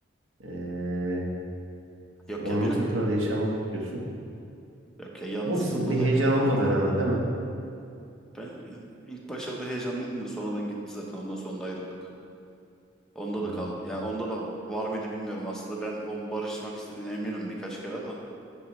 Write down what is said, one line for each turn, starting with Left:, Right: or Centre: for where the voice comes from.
Right: Ee,
Centre: Yok
Right: Onu
Centre: ya benim.
Right: tekrar yaşamak istiyorsun.
Centre: Yok ya yalnızlıktan
Right: Ama sizin
Centre: dolayı
Right: bir heyecan
Centre: benim ya.
Right: olmadı herhalde değil mi?
Centre: Ben e, ilk başlarda heyecanlıydım da sonradan gitti zaten. Ondan sonra da ayrıldık. Onda
Right: Anladım.
Centre: da kal. Yani onda da var mıydı bilmiyorum. Aslında ben onun barışmak istediğine eminim birkaç kere de.